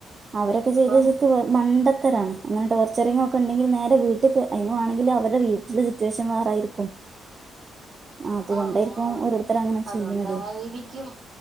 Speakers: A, on the right (about 35°); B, on the right (about 55°).
A: അവരൊക്കെ
B: ഇപ്പം
A: ചെയ്തത് ശരിക്ക്‌ വ മണ്ടത്തരാണ് ങ്ങനെ ടോർച്ചറിങ്ങൊക്കെ ഉണ്ടെങ്കിൽ നേരെ വീട്ട്ക്ക്‌ അതിനു വാണെങ്കിൽ അവരുടെ വീട്ടിൽ സിറ്റുവേഷൻ വേറായിരിക്കും അതുകൊണ്ടായിരിക്കും
B: ആഹ ആ
A: ഓരോരുത്തർ അങ്ങനെ
B: അതുകൊണ്ടായിരിക്കും
A: ചെയ്യണതേ